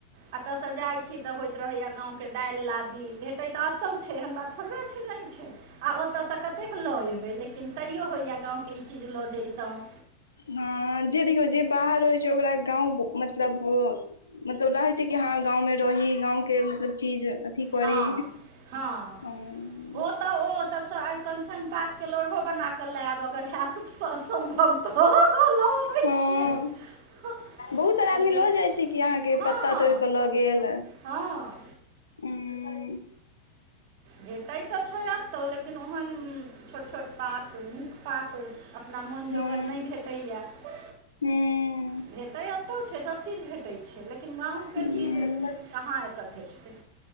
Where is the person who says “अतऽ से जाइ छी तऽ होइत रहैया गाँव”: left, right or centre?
Right